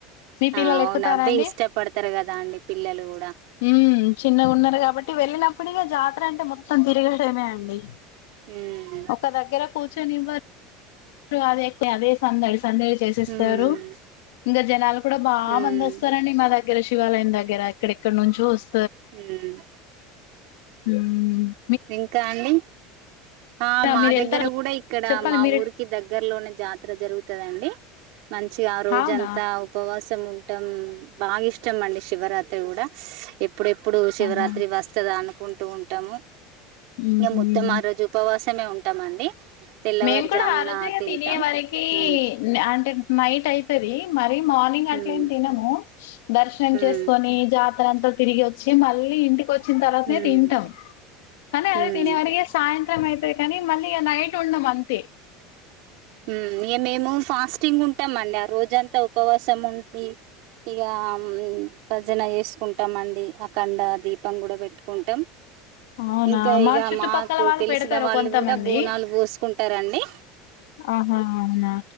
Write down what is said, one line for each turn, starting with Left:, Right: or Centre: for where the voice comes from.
Left: మీ పిల్లలు
Right: ఆ అవును
Left: ఎక్కుతారా
Right: అవ్వే
Left: అండి
Right: ఇష్టపడతారు కదా అండి పిల్లలు కూడా
Left: ఉమ్ చిన్నగున్నారు కాబట్టి వెళ్ళిన ప్పుడిగా జాతర అంటే మొత్తం తిరగడమే అండి
Right: ఉమ్
Left: ఒక దగ్గర కూ ర్చోనివ్వరు అదే అదే సందు <unintelligible> సందడి చేసేస్తారు
Right: ఉమ్
Left: ఇంకా జనాలు కూడా బాగా
Right: ఉమ్
Left: మంది వస్తారండి మా ద గ్గర శివాలయం దగ్గర ఎక్కడెక్కడ నుంచో వస్
Right: హుమ్
Left: ఉమ్
Right: ఇంకా అండి ఆ మా
Left: మీరు
Right: దగ్గర
Left: వెళ్తారా
Right: కూడా ఇక్కడ
Left: చెప్పండి
Right: మా
Left: మీరు
Right: ఊరికి దగ్గరలోన్న జా తర జరుగుతదండి మంచిగా ఆ రోజంతా
Left: అవునా
Right: ఉపవాసం ఉం టం బాగా ఇష్టం అండి శివరాత్రి కూడా స్స్ ఎప్పుడెప్పుడు శివరాత్రి
Left: ఆహా
Right: వస్తదా అను కుంటూ ఉంటాము
Left: ఊహూ
Right: ఇంగ మొత్తం ఆ రోజు ఉపవాసమే ఉంటామండి తెల్లవారుజామున
Left: మేము కూడా ఆ రోజే
Right: తింటాం
Left: తినే వరకి
Right: ఉమ్
Left: అంటే నైట్ అయితది మరీ మా ర్నింగ్
Right: ఉమ్
Left: అట్లేం తినము దర్శనం
Right: ఉమ్
Left: చేసుకొని జాతర అంతా తిరిగి వచ్చి మళ్ళీ ఇంటికి వచ్చిన్ తర్వాతనే
Right: ఉమ్
Left: తింటాం కానీ అది
Right: ఉమ్
Left: తినే వరకే సాయంత్రం అయితే కానీ మళ్ళీ ఇగ నైట్ ఉండమంతే
Right: మ్మ్ ఇగ మేము ఫాస్టింగ్ ఉంటామండి ఆ రో జంతా ఉపవాసం ఉండి ఇగ భజన వేసుకుం టమండి అఖండ దీపం కూడా పెట్టుకుంటాం
Left: అవునా
Right: ఇంకా ఇగ
Left: మా చుట్టుపక్కల
Right: మాకు
Left: వాళ్ళు
Right: తెలిసిన
Left: పెడతారు
Right: వాళ్ళు
Left: కొంతమంది
Right: కూడా బోనాలు పోసుకుంటారు అండి
Left: ఆహా అవునా